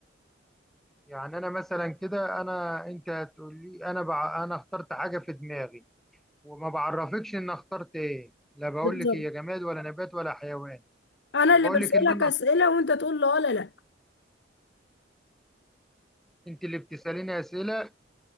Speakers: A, in the centre; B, on the left.
A: يعني انا مثلا كده انا انت هتقول لي انا بع... انا اخترت حاجه في دماغي وما بعرفكش ان اخترت ايه لا بقول
B: بالظبط
A: لك هي جماد ولا نبات ولا حيوان
B: انا
A: وبقول
B: اللي بسألك
A: لك ان انا
B: اسئله وانت تقول لي اه لا لا
A: انت اللي بتساليني اسئله